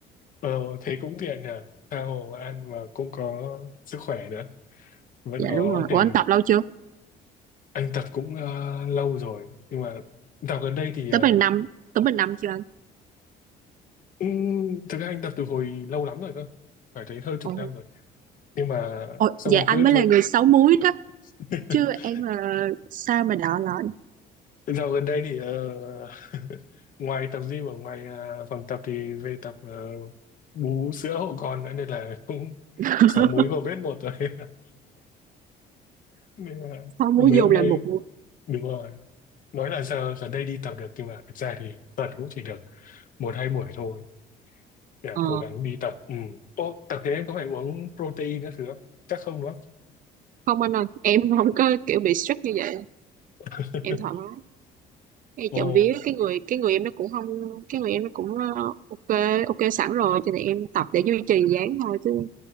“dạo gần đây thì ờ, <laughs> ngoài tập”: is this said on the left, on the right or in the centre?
Left